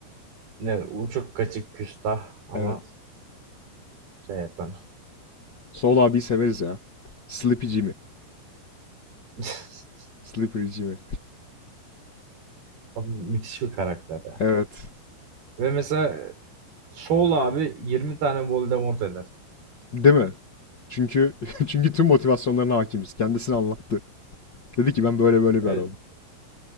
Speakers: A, on the right (about 50°); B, on the left (about 80°).
A: Ne uçuk kaçık küstah ama
B: Evet.
A: şey yapan.
B: Saul abiyi severiz ya. Sleepy Jimmy.
A: <laughs>
B: Slippery Jimmy.
A: Abi müthiş bir karakter ya.
B: Evet.
A: Ve mesela Saul abi 20 tane Voldemort eder.
B: Değil mi? Çünkü <laughs> çünkü tüm motivasyonlarına hakimiz. Kendisini anlattı. Dedi ki ben böyle böyle bir
A: Evet.
B: adamım.